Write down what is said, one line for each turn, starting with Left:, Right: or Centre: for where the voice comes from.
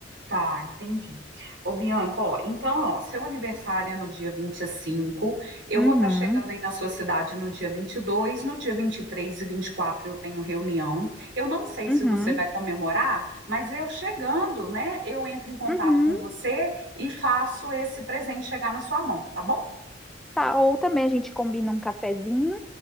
Right: Tá, entendi. Ô, Bianca, ó, então, ó, seu aniversário é no dia vinte e cinco eu
Centre: Uhum.
Right: vou estar chegando aí na sua cidade no dia vinte e dois no dia vinte e três e e vinte e quatro eu tenho reunião. Eu não sei
Centre: Uhum.
Right: se você vai comemorar, mas eu chegando, né, eu entro em contato
Centre: Uhum.
Right: com você e faço esse presente chegar na sua mão, tá bom?
Centre: Tá, ou também a gente combina um cafezinho